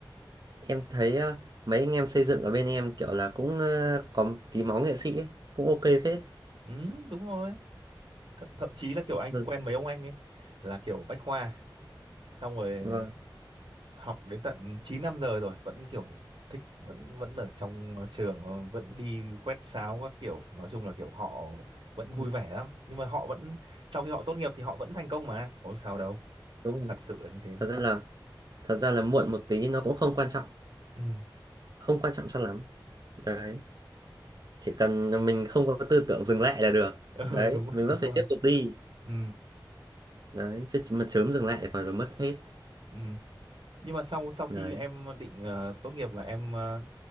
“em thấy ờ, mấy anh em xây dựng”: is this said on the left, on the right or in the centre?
Right